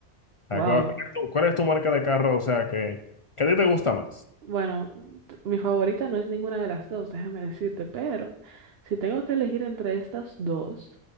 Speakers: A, on the left (about 60°); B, on the right (about 60°).
A: sea,
B: Wow.
A: ¿cuál, cuál es tu, cuál es tu marca de carro? O sea, que, que a ti te gusta más.
B: Bueno, t- mi favorita no es ninguna de las dos, déjame decirte, pero si tengo que elegir entre estas dos,